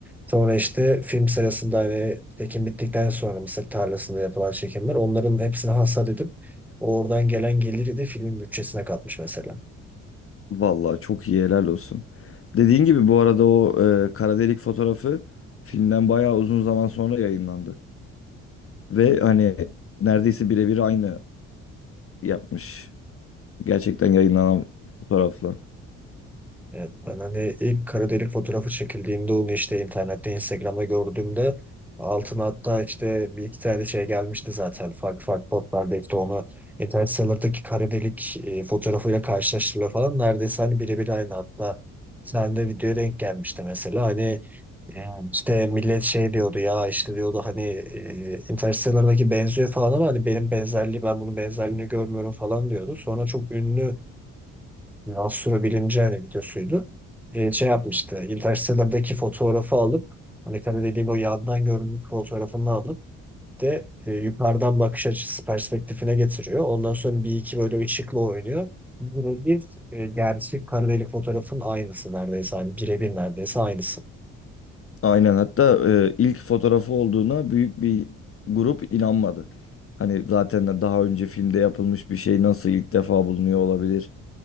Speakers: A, in the centre; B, on the left.
A: Sonra işte film sırasında hani çekim bittikten sonra mısır tarlasında yapılan çekimler onların hepsini hasat edip oradan gelen geliri de filmin bütçesine katmış mesela.
B: Vallahi çok iyi helal olsun. Dediğin gibi bu arada o e, kara delik fotoğrafı filmden bayağı uzun zaman sonra yayınlandı. Ve hani neredeyse birebir aynı yapmış. Gerçekten yayınlanan fotoğrafla.
A: Evet, ben hani ilk kara delik fotoğrafı çekildiğinde onu işte internette Instagram'da gördüğümde altına hatta işte bir iki tane şey gelmişti zaten farklı farklı botlarda işte onu internet sitelerindeki kara delik e, fotoğrafıyla karşılaştırıyor falan neredeyse hani birebir aynı hatta sen de videoya denk gelmişti mesela hani yani işte millet şey diyordu ya işte diyordu hani e, Interstellar'daki benziyor falan ama hani benim benzerliği ben bunun benzerliğini görmüyorum falan diyordu. Sonra çok ünlü Astrobilimci hani videosuydu. Ee, şey yapmıştı. Interstellar'daki fotoğrafı alıp hani tabii dediğim o yandan görüntü fotoğrafını alıp de e, yukarıdan bakış açısı perspektifine getiriyor. Ondan sonra bir iki böyle ışıkla oynuyor. Bu bir e, gerçek kara delik fotoğrafın aynısı neredeyse. Hani birebir neredeyse aynısı.
B: Aynen hatta e, ilk fotoğrafı olduğuna büyük bir grup inanmadı. Hani zaten de daha önce filmde yapılmış bir şey nasıl ilk defa bulunuyor olabilir